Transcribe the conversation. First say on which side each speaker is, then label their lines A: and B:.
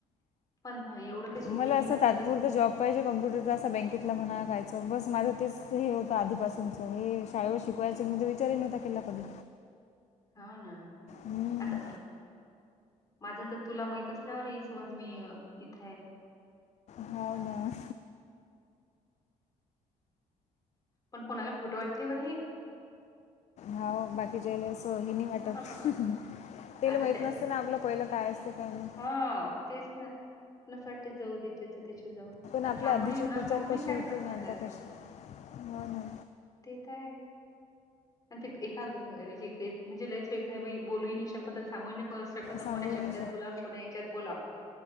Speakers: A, on the left; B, on the left.
A: पण नाही एवढं. काही सोपी
B: मला
A: नाही
B: असं
A: ना
B: तात्पुरत
A: तू जसं
B: जॉब पहिजे कम्पुटरचा असा बँकेतला म्हणा कयचं बस माझं तेच होत आधीपासूनचं हे शाळेवर शिक ते विचारी नव्हता केला कधी.
A: हाव ना.
B: हम्म,
A: आता माझं तर तुला माहित असल्यावर ही समज मी इथेये.
B: हाव ना.
A: पण कोणाला खोटं वाटते बर हे?
B: हाव बाकीच्याले सो हिनी वाटत
A: हां, हां, हां.
B: तेला
A: आता
B: माहीत नसते ना आपलं पहिलं काय असत काय नाही.
A: हा तेच ना. नसं वाटते जाऊदे जेचं त्याच्या जवळ
B: पण आपले
A: आणि सांगूनही
B: आधीचे
A: न
B: विचार
A: सांगूनही
B: कसे
A: काय
B: होते
A: फरक
B: ना
A: पडणार
B: आता
A: आहे.
B: कसे हो ना
A: ते तर आहे. ते एका म्हणजे लयच वेगळ्या बई बोलू नाही शकत सांगू नाही शकत
B: सांगूही
A: कोणा शब्दात
B: नाही
A: बोला आणि कोना याच्यात बोला.